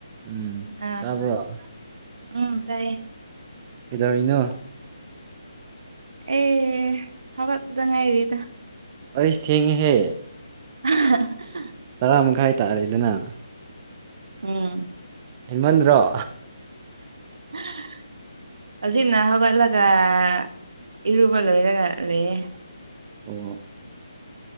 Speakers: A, on the right; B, on the right.
A: ꯎꯝ
B: ꯑꯥ
A: ꯇꯄ
B: ꯎꯝ ꯇꯥꯏꯌꯦ
A: ꯑꯩꯅꯣ
B: ꯑꯦ ꯍꯧꯒꯠꯗ ꯉꯥꯏꯔꯤꯗ
A: ꯑꯩꯁ ꯊꯦꯡꯉ ꯍꯦ
B: <inaudible>
A: ꯇꯔꯥꯝꯈꯥꯏ ꯇꯥꯔꯦꯗꯅ
B: ꯑꯝ
A: ꯍ‌ꯦꯟꯃꯟꯗꯔꯣ
B: <inaudible> ꯍꯧꯖꯤꯛꯅ ꯍꯧꯒꯠꯂꯒ ꯑꯥ ꯏꯔꯨꯕ ꯂꯣꯏꯔꯒ ꯂꯩꯌ‌ꯦ
A: ꯑꯣ